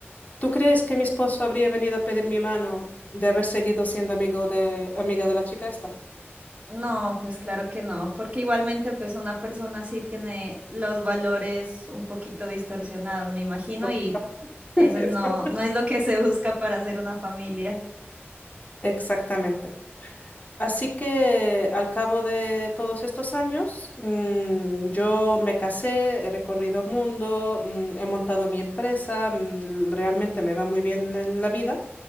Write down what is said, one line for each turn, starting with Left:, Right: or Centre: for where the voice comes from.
Left: ¿Tú crees que mi esposo habría venido a pedir mi mano de haber seguido siendo amigo de, amiga de la chica esta?
Right: No, pues claro que no, porque igualmente, pues, una persona sí tiene los valores un poquito distorsionados, me imagino,
Left: Poquito.
Right: y
Left: <laughs>
Right: Eso es- no,
Left: Eso.
Right: no es lo que se busca para hacer una familia.
Left: Exactamente. Así que al cabo de todos estos años, mm, yo me casé, he recorrido mundo, mm, he montado mi empresa, mm, realmente me va muy bien en la vida.